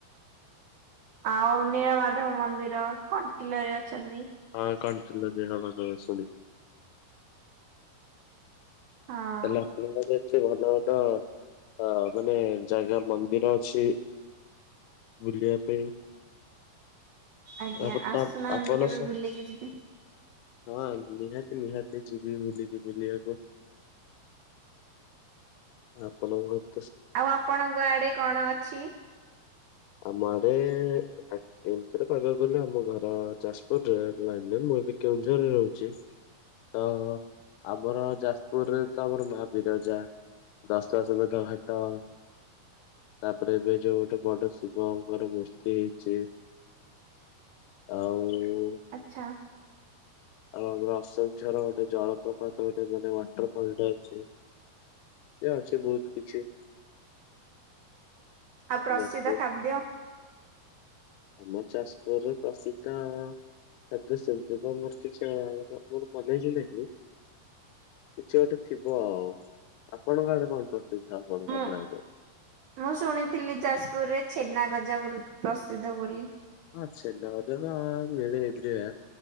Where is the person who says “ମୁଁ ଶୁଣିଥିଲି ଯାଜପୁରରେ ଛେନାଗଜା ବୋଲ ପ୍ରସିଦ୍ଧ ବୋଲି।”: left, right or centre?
Right